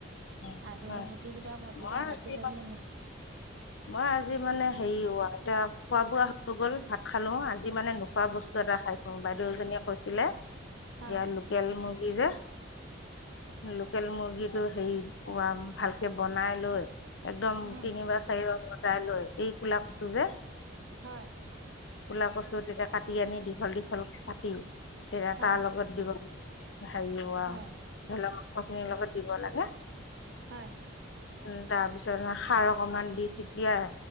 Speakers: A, on the left; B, on the right.
A: হয়
B: আৰু
A: হয়
B: গুটিকেইটা ভাজিবা
A: মই আজি
B: ভাজি লৈ পেলাই মি <unintelligible>
A: মই আজি মানে হেৰি ৱাতা খোৱা-বোৱা <unintelligible> গল ভাত খালো আজি মানে নোখোৱা বস্তু এটা খাইছো বাইদেউ এজনীয়ে কৈছিলে
B: হয়
A: ইয়াৰ লোকেল মুৰ্গী যে লোকেল মুৰ্গীটো হেৰি উহাম ভালকে বনাই লৈ একদম
B: উম
A: তিনিবাৰ চাৰিবাৰ চাই লৈ এই কোলা কচু যে
B: হয়
A: কোলা কচু তেতিয়া কাটি আনি দীঘল -দীঘল কাটি তেতিয়া
B: হয়
A: তাৰ লগত দিব ভাজিব আই
B: হয়
A: ধৰি লক মাংস খিনিৰ লগত দিব লাগে।
B: হয়।
A: উম, তাৰ পিছত খাৰ অকমান দি চটিয়াই